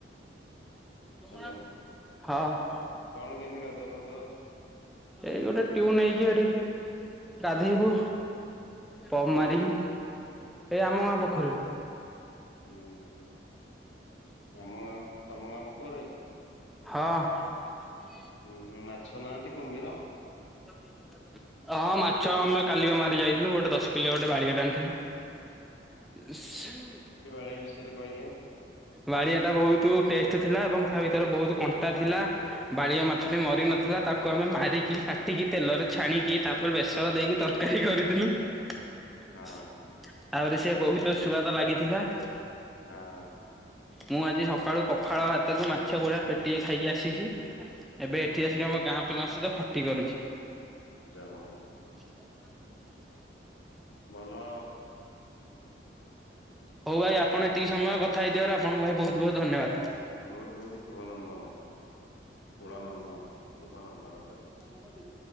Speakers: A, in the centre; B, on the left.
A: ସୁମନ୍
B: ହ୍ୟାଲୋ
A: ହଁ <unintelligible>
B: କଣ କେମତି ଗାଧୁଆ ପାଧୁଆ?
A: ଏଇ ଗୋଟେ ଟିଉ ନେଇକି ସେଠି ଗାଧେଇବୁ। ପମ୍
B: ହଉଛି?
A: ମାରିବି ଏଇ ଆମ ଗାଁ ପୋଖରୀରେ।
B: ହୁଁ, ଆମ ଗାଁ ତମ ଗାଁ ପୋଖରୀ ରେ।
A: ହଁ। ତମେ କଚିବନି <unintelligible>
B: ଉୁଁଁ, ହୁଁ ମାଛ ନାହାନ୍ତି, କୁମ୍ଭୀର।
A: <unintelligible> ହଁ ମାଛ ଆମେ କାଲିବା ମାରି ଯାଇଥିଲୁ ଗୋଟେ ଦଶ କିଲିଆ ଗୋଟେ ବାଡ଼ଆଟେ ଆଣିଥିଲୁ। ଇ ସୁ।
B: କିଭଳିଆ ବିଷୟରେ କହିବେ
A: ବାଡିଆ ଟା ବହୁତ୍ ଟେଷ୍ଟ ଥିଲା ଏବଂ ତା ଭିତରେ ବହୁତ୍ କଣ୍ଟା ଥିଲା ବାଳିଆ ମାଛଟି ମରି ନଥିଲା ତାକୁ ଆମେ ମାରିକି କାଟିକି ତେଲରେ ଛାଣିକି ତାପରେ ବେସର ଦେଇକି ତର ତରକାରୀ କରିଥିଲୁ ତାପରେ
B: ହଁ
A: ସେ ବହୁତ ସୁଆଦ ଲାଗିଥିଲା।
B: ହଁ
A: ମୁଁ ଆଜି ସକାଳୁ ପଖାଳ ଭାତକୁ ମାଛ ଭଜା ପେଟିଏ ଖାଇକି ଆସିଛି। ଏବେ
B: ହୁଁ
A: ଏଠି
B: ହୁଁ
A: ଆସିକି ଆମ ଗାଁ ପିଲାଙ୍କ ସହିତ ଖଟି କରୁଛି।
B: ଯା ହଉ
A: <inaudible>
B: ଭଲ
A: ହଉ ଭାଇ ଆପଣ ଏତିକି ସମୟ କଥା ହେଇଥିବାର ଆପଣଙ୍କୁ ଭାଇ ବହୁତ୍ ବହୁତ୍ ଧନ୍ୟବାଦ୍
B: ବହୁତ୍ ବହୁତ୍ ଶୁଭନନ୍ଦନ କୁଳନନ୍ଦନ ଶୁଭନନ୍ଦନ ସରି
A: ନଥିଲ